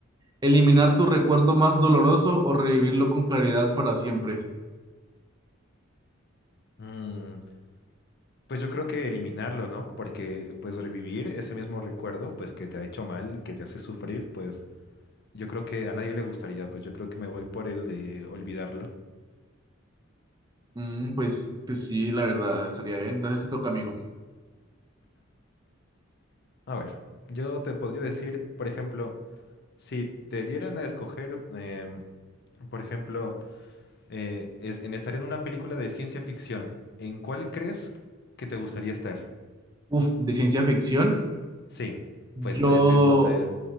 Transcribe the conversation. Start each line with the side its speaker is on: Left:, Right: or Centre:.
Right: ¿Eliminar tu recuerdo más doloroso o revivirlo con claridad para siempre?
Left: Mm, pues yo creo que eliminarlo, ¿no? Porque pues revivir ese mismo recuerdo, pues que te ha hecho mal, que te hace sufrir, pues yo creo que a nadie le gustaría, pues yo creo que me voy por el de olvidarlo.
Right: Mm, pues, pues sí, la verdad, estaría bien. Entonces te toca, amigo.
Left: A ver, yo te podría decir, por ejemplo, si te dieran a escoger, em, por ejemplo, eh, es- en estar en una película de ciencia ficción, ¿en cuál crees que te gustaría estar?
Right: Uf, de ciencia ficción.
Left: Sí, pues
Right: Yo,
Left: puede ser, no sé,